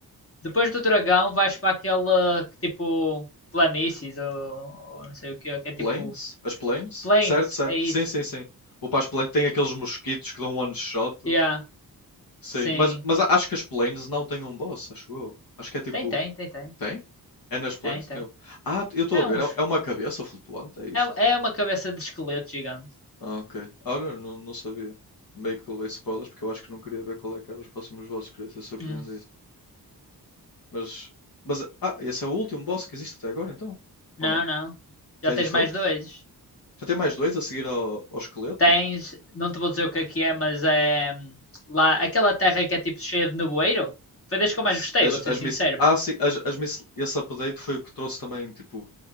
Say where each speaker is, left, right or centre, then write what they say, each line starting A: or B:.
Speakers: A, on the left; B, on the left.
A: Depois do dragão vais para aquela que tipo planícies ou, ou não sei o que, é, que é tipo
B: Planes? As planes?
A: plains,
B: Certo, certo.
A: é isso.
B: Sim, sim, sim. Vou para as planes. Tem aqueles mosquitos que dão um one shot.
A: Yeah,
B: Sim,
A: sim.
B: mas, mas a- acho que as planes não têm um boss, acho eu. Acho que é tipo.
A: Tem, tem, tem, tem.
B: Tem? É nas planes?
A: Tem, tem.
B: Tem... Ah, eu estou
A: É
B: a ver.
A: uns.
B: É, é uma cabeça flutuante, é isto?
A: É, é uma cabeça de esqueleto gigante.
B: Ah, ok. Olha, não, não sabia. Meio que levei spoilers porque eu acho que não queria ver qual é que eram os próximos bosses. Queria ser surpreendido.
A: Hum.
B: Mas. Mas. Ah, esse é o último boss que existe até agora, então?
A: Não,
B: Ou não?
A: não. Já
B: Já
A: tens
B: existe
A: mais
B: outro?
A: dois.
B: Já tem mais dois a seguir ao, ao esqueleto?
A: Tens, não te vou dizer o que é que é, mas é hum, lá aquela terra que é tipo cheia de nevoeiro. Foi das que eu
B: se-
A: mais gostei,
B: As,
A: vou ser
B: as
A: sincero.
B: miss... Ah, sim, as, as miss... esse update foi o que trouxe também, tipo,